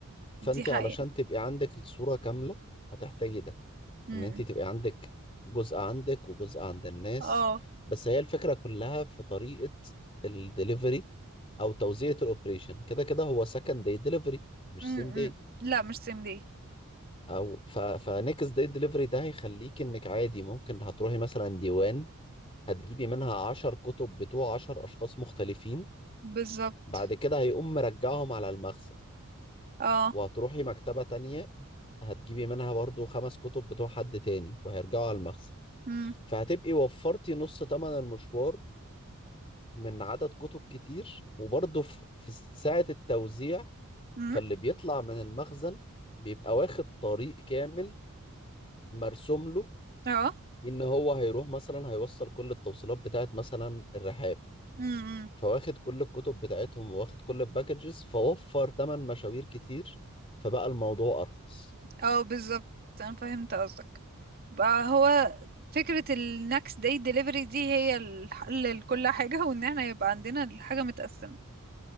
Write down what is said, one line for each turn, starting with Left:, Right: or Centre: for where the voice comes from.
Left: فانت
Right: دي حقيقة
Left: علشان تبقي عندك الصورة كاملة هتحتاجي ده
Right: امم
Left: ان انت تبقي عندك جزء عندك وجزء عند الناس
Right: اه
Left: بس هي الفكرة كلها في طريقة الدليفري او توزيعة الاوبريشن كده كده هو سكند داي دليفري مش
Right: امم
Left: سيم داي
Right: امم. لا مش سيم دي
Left: او ف... فنكس داي دليفري ده هيخليك انك عادي ممكن هتروحي مثلا ديوان هتجيبي منها عشر كتب بتوع عشر اشخاص مختلفين
Right: بالظبط
Left: بعد كده هيقوم مرجعهم على المخزن
Right: اه
Left: وهتروحي مكتبة تانية هتجيبي منها برضو خمس كتب بتوع حد تاني وهيرجعوا على المخزن
Right: امم
Left: فهتبقي وفرتي نص تمن المشوار من عدد كتب كتير وبرضو ف- في ساعة التوزيع
Right: امم
Left: فاللي بيطلع من المخزن بيبقى واخد طريق كامل مرسوم له
Right: اه
Left: إن هو هيروح مثلا هيوصل كل التوصيلات بتاعت مثلا الرحاب
Right: امم
Left: فواخد كل الكتب بتاعتهم وواخد كل الباكجز فوفر تمن مشاوير كتير فبقى الموضوع أرخص
Right: اه بالظبط انا فهمت قصدك بقى هو فكرة ال next day delivery دي هي الحل لكل حاجة وان احنا يبقى عندنا الحاجة متقسمة